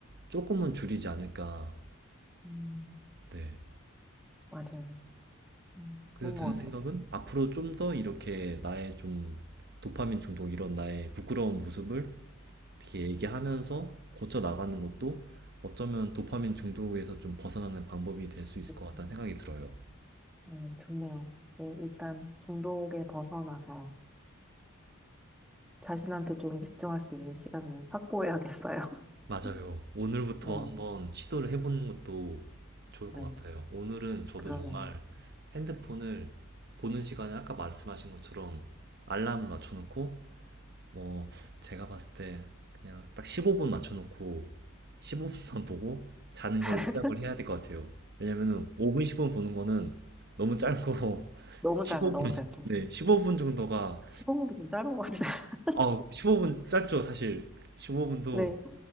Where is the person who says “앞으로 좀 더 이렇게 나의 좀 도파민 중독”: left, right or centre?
Right